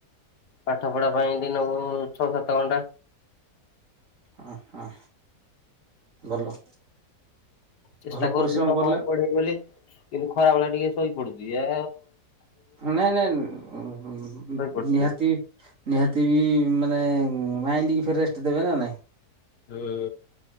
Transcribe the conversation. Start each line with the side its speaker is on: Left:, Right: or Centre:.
Left: ପାଠ ପଢା ପାଇଁ ଦିନକୁ ଛଅ ସାତ ଘଣ୍ଟା
Right: ହ ହ ଭଲ
Left: ଚେଷ୍ଟା
Right: ଭଲ
Left: କରୁଛି
Right: ପରିଶ୍ରମ
Left: ତ
Right: କଲେ
Left: ପଡିବି ବୋଲି କିନ୍ତୁ ଖରା ଭେଳେଆ ଟିକେ ସୋଇ ପଡୁଛି ଆ
Right: ନାଇଁ ନାଇଁ ନିହାତି
Left: ଶୋଇପଡୁଛି ଟିକେ।
Right: ନିହାତି ବି ମାନେ ମାଇଣ୍ଡ କି ଫେର୍ ରେଷ୍ଟ ଦେବେ ନା ନାଇଁ
Left: ହୁଁ